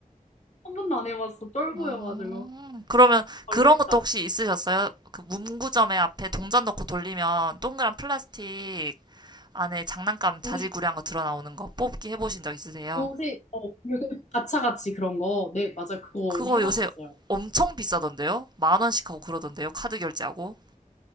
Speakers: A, on the left; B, on the right.
A: 한 번도 안 해봤어. 쫄보여가지고
B: 음, 그러면
A: 걸릴까.
B: 그런 것도
A: 봐.
B: 혹시 있으셨어요? 그 문구점에 앞에 동전 넣고 돌리면 동그란 플라스틱 안에 장난감 자질구레한
A: 우리
B: 거 드러나오는 거 뽑기 해보신 적 있으세요?
A: 요새 어 요새 가차같이 그런 거. 네 맞아 요 그거
B: 그거
A: 해봤었어요.
B: 요새 엄청 비싸던데요? 만 원씩 하고 그러던데요? 카드 결제하고?